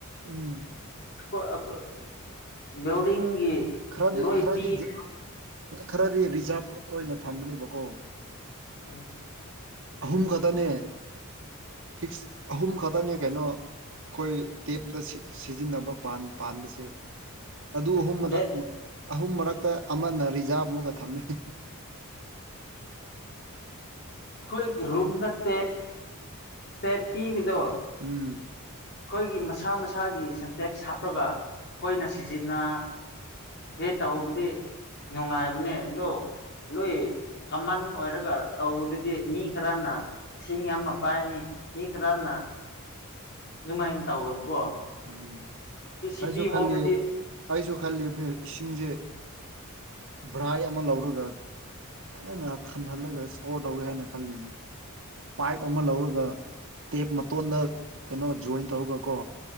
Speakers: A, on the right; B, on the left.
A: ꯎꯝ
B: ꯑꯈꯣꯏ ꯕꯤꯜꯗꯤꯡꯒꯤ
A: ꯈꯔꯗꯤ
B: ꯂꯣꯏ
A: ꯈꯔꯗꯤ
B: ꯄꯤ
A: ꯈꯔꯗꯤ ꯔꯤꯖꯥꯚ ꯑꯣꯏꯅ ꯊꯝꯕꯅꯦꯕꯀꯣ
B: ꯎꯝ
A: ꯑꯍꯨꯝ ꯈꯛꯇꯅꯦ ꯐꯤꯛꯁ ꯑꯍꯨꯝ ꯈꯛꯇꯅꯦ ꯀꯩꯅꯣ ꯑꯈꯣꯏ ꯇꯦꯞꯇ ꯁꯤꯖꯤꯟꯅꯕ ꯄꯥꯟꯕꯁꯦ ꯑꯗꯨ ꯑꯍꯨꯝꯃꯛ
B: ꯇꯦꯞ
A: ꯑꯍꯨꯝ ꯃꯔꯛꯇ ꯑꯃꯅ ꯔꯤꯖꯥꯕꯃꯨꯒ ꯊꯝꯃꯦ
B: ꯑꯈꯣꯏ ꯔꯨꯝ ꯅꯠꯇꯦ ꯇꯦꯞ ꯄꯤꯕꯗꯣ
A: ꯎꯝ
B: ꯑꯈꯣꯏꯒꯤ ꯃꯁꯥ ꯃꯁꯥꯒꯤ ꯁꯟꯇꯦꯛꯁ ꯍꯥꯞꯂꯒ ꯑꯈꯣꯏꯅ ꯁꯤꯖꯤꯟꯅ <unintelligible> ꯇꯧꯕꯗꯤ ꯅꯨꯡꯉꯥꯏꯕꯅꯦ ꯑꯗꯣ ꯂꯣꯏꯏ ꯀꯃꯟ ꯑꯣꯏꯔꯒ ꯇꯧꯕꯗꯗꯤ ꯃꯤ ꯈꯔꯅ ꯏꯁꯤꯡ ꯌꯥꯝ ꯄꯥꯏꯅꯤ ꯃꯤꯈꯔꯥꯅ ꯑꯗꯨꯃꯥꯏꯅ ꯇꯧꯋꯦꯕꯀꯣ
A: ꯎꯝ
B: ꯁꯤ ꯁꯤꯄꯤ
A: ꯑꯩꯁꯨ ꯈꯜꯂꯤ
B: ꯍꯣꯝꯅꯗꯤ
A: ꯑꯩꯁꯨ ꯈꯜꯂꯤꯕꯅꯦ ꯏꯁꯤꯡꯁꯦ ꯚ꯭ꯔꯥꯏ ꯑꯃ ꯂꯧꯔꯒ ꯐꯖꯅ ꯊꯟꯍꯜꯂꯒ ꯏꯁꯇꯣꯔ ꯇꯧꯒꯦ ꯍꯥꯏꯅ ꯈꯜꯂꯤꯕꯅꯤ ꯄꯥꯏꯞ ꯑꯃ ꯂꯧꯔꯒ ꯇꯦꯞ ꯃꯇꯣꯟꯗ ꯀꯩꯅꯣ ꯖꯣꯏꯟ ꯇꯧꯔꯒ ꯀꯣ